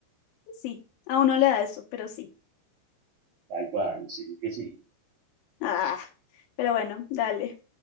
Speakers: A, on the left; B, on the right.
A: Sí, a uno le da eso, pero sí.
B: Tal cual, sí, que sí.
A: Ah, pero bueno, dale.